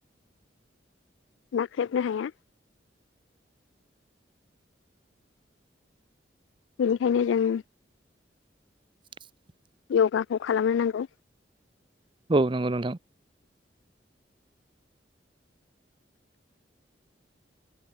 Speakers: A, on the left; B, on the right.
A: नाख्रेबनो हाया। बेनिखायनो जों
B: <inaudible>
A: य'गाखौ खालामनो नांगौ।
B: औ नंगौ नोंथां।